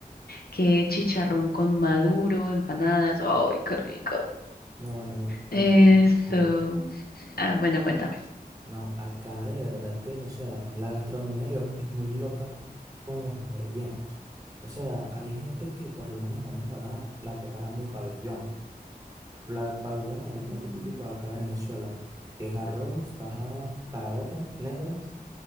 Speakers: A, on the left (about 70°); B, on the right (about 20°).
A: que es chicharrón con maduro, empanadas, ¡ay, qué rico!
B: No, bueno, mira,
A: Esto,
B: aquí. a ver,
A: ah, bueno, cuéntame.
B: No, acá de verdad que, o sea, la gastronomía digamos que es muy loca con los rellenos. O sea, hay gente que por lo menos una empanada la preparan de pabellón. La pabellón es el plato
A: Mm.
B: típico de acá de Venezuela, que es arroz, tajada, caraotas negras